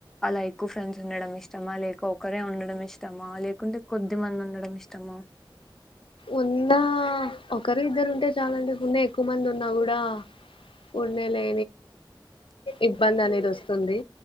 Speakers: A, in the centre; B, on the left.
A: అలా ఎక్కువ ఫ్రెండ్స్ ఉండడం ఇష్టమా లేక ఒకరే ఉండడం ఇష్టమా లేకుంటే కొద్ది మంది ఉండడం ఇష్టం తమం
B: ఉన్నా ఒకరు ఇద్దరు ఉంటే చాల అంటే ఉన్నే ఎక్కువ మంది ఉన్నా కూడా ఉన్నే లే ఇబ్బంది అనేది వస్తా వస్తుంది